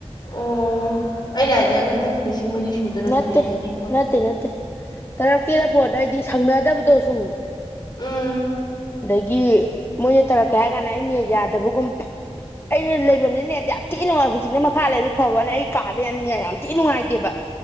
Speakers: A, on the left; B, on the left.
A: ꯑꯣ ꯑꯩꯅ ꯍꯥꯏꯅꯦ ꯍꯟꯗꯛꯀꯤ ꯂꯤꯁꯤꯡ ꯃꯔꯤ ꯁꯨꯗꯣꯔꯕꯅꯦ
B: ꯅꯠꯇꯦ
A: ꯑꯗꯨꯗꯤ ꯐꯣꯟ
B: ꯅꯠꯇꯦ ꯅꯠꯇꯦ ꯇꯔꯛꯇꯦꯗ ꯐꯣꯟ ꯑꯩꯗꯤ ꯁꯪꯅꯗꯕꯗꯣ ꯁꯨꯝ
A: ꯎꯝ
B: ꯑꯗꯒꯤ ꯃꯣꯏꯅ ꯇꯧꯔꯛꯀꯦ ꯍꯥꯏ ꯀꯥꯟꯗ ꯑꯩꯅ ꯌꯥꯗꯕꯒꯨꯝ ꯑꯩꯅ ꯂꯩꯐꯝꯅꯤꯅꯦ ꯌꯥꯝ ꯊꯤ ꯅꯨꯡꯉꯥꯏ ꯍꯧꯖꯤꯛꯅ ꯃꯈꯥ ꯂꯩꯕ ꯐꯥꯎꯕꯅ ꯑꯩ ꯀꯥꯗꯦ ꯌꯥꯝꯅꯤꯅꯦ ꯌꯥꯝ ꯊꯤ ꯅꯨꯡꯉꯥꯏꯇꯦꯕ